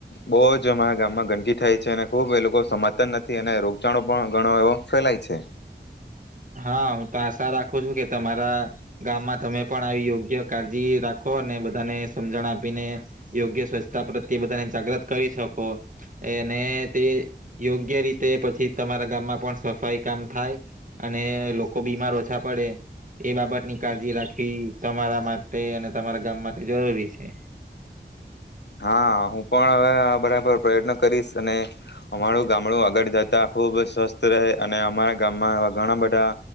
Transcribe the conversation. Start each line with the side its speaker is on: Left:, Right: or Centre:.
Left: બહુ જ અમારા ગામમાં ગંદકી થાય છે અને ખુબ એ લોકો સમજતા નથી અને રોગચાળો પણ ઘણો એવો ફેલાય છે.
Right: હા હું તો આશા રાખું છું કે તમારા ગામમાં તમે પણ આવી યોગ્ય કાળજી રાખો અને બધાને સમજણ આપીને યોગ્ય સ્વચ્છતા પ્રત્યે બધાને જાગ્રત કરી શકો અને તે યોગ્ય રીતે પછી તમારા ગામમાં પણ સફાઈ કામ થાય. અને લોકો બીમાર ઓછા પડે એ બાબત ની કાળજી રાખવી તમારા માટે અને તમારા ગામ માટે જરૂરી છે.
Left: હા હું પણ હવે આ બરાબર પ્રયત્ન કરીશ અને અમારું ગામડું આગળ જતા ખૂબ સ્વસ્થ રહે અને અમારા ગામમાંવા ઘણા બધા